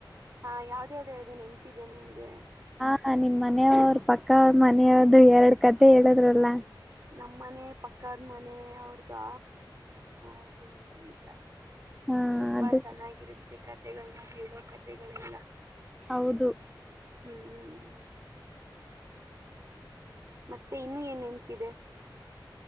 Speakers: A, on the right; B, in the centre.
A: ಹಾ ಯಾವ್ದೇ ಅ್ದ ಹೇಳ್ದೇನೆ ನೆನ್ಪಿದೇ ನಿಮಗೆ
B: ಹ ನಿನ್ ಮನೆಯವರು ಪಕ್ಕ ಅವ ಮನೆಯವ್ದ ಎರಡ್ ಕತೆೆ ಹೇಳಿದ್ರಲ್ಲ
A: ನಮ್ಮ ಮನೆ ಪಕ್ಕದ ಮನೆ ಅವ್ರ್ದು ಅದು ನಿಂಚ ನಿಚ
B: ಹಾ
A: ತುಂಬಾ
B: ಅದು
A: ಚೆನ್ನಾಗಿರುತ್ತೆ
B: ಚ-
A: ಕತೆಗಳನ್ನ ಹೇಳೋ ಕತೆೆಗಳೆಲ್ಲ
B: ಹೌದು
A: ಹ್ಮ್ ಮತ್ತೆ ಇನ್ನುೂ ಏನ್ ನೆನ್ಪಿದೆ